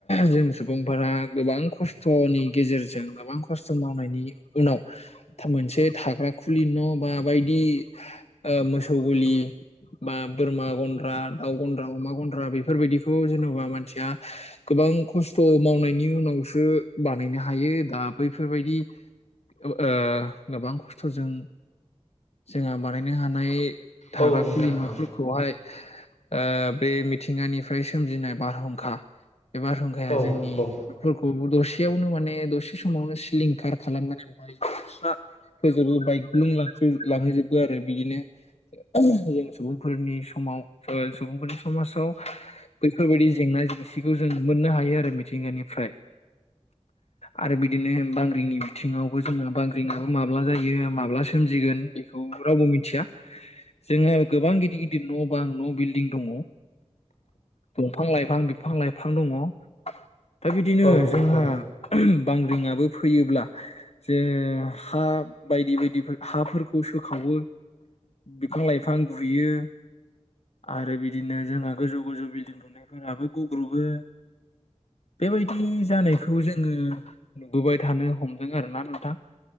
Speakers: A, on the left; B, on the left.
A: जों सुबुंफोरा गोबां खस्थ'नि गेजेरजों गोबां खस्थ' मावनायनि उनाव मोनसे थां थाग्रा खुलि न' बा बायदि मोसौ ओ गलि बा बोरमा गन्द्रा दाउ गन्द्रा अमा गन्द्रा बेफोरबायदिखौ जेन'बा मानसिया गोबां खस्थ' मावनायनि उनावसो बानायनो हायो दा बैफोरबायदि ओ गोबां खस्थ'जों जोंहा बानायनो हानाय थाग्रा
B: औ नोंथां
A: खुलि न'फोरखौहाय
B: औ
A: ओ बे मिथिंगानिफ्राय सोमजिनाय बारहुंखा <inaudible> बे बारहुंखाया
B: औ
A: जोंनि
B: औ
A: न'फोरखौबो दसे यावनो माने दसे समावनो सिलिंखार खालामनानै बाइक होजो बाइक गुुं लांहोजोबबो आरो बिदिनो जों सुबुंफोरनि समाव सुबुंफोरनि समाजाव बैफोरबायदि जेंना जेंसि बेखौ जों मोननो हायो आरो मिथिंगानिफ्राय आरो बिदिनो बांग्रिंनि बिथिङावबो जोङो बांग्रिङाबो माब्ला जायो माब्ला सोमजिगोन बेखौ रावबो मिथिया जोंङो गोबां गिदिर गिदिर न' बां न' बिल्डिं दङ दंफां लाइफां बिफां लाइफां बिफां दङ दा बिदिनो
B: औ
A: जोंहा बांग्रिङाबो फैयोब्ला जे हा बायदि बायदि हाफोरखौ सोखावो बिफां लाइफां गुयो आरो बिदिनो जोंहा गोजौ गोजौ बिल्डिं दुनायफोराबो ग्रुपबो बेबायदि जानायखौ जोङो नुबोबाय थानो हमदों आर ना नोंथां